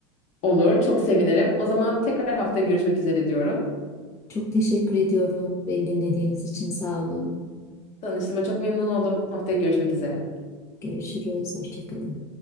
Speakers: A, on the left; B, on the left.
A: Olur, çok sevinirim. O zaman tekrar haftaya görüşmek üzere diyorum.
B: Çok teşekkür ediyorum. Beni dinlediğiniz için sağ olun.
A: Tanıştığıma çok memnun oldum. Haftaya görüşmek üzere.
B: Görüşürüz. Hoşça kalın.